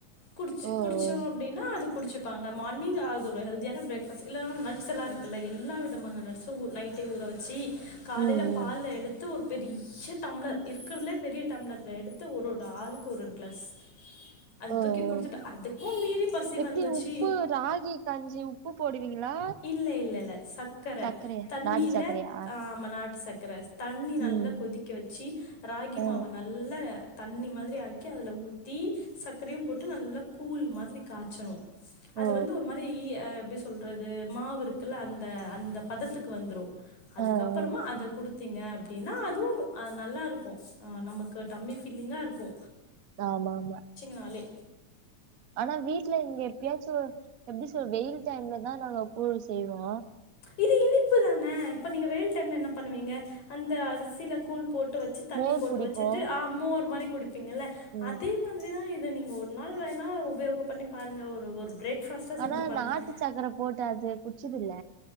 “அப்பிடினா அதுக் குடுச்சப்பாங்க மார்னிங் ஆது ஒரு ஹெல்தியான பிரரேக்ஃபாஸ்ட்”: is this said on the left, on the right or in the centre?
Left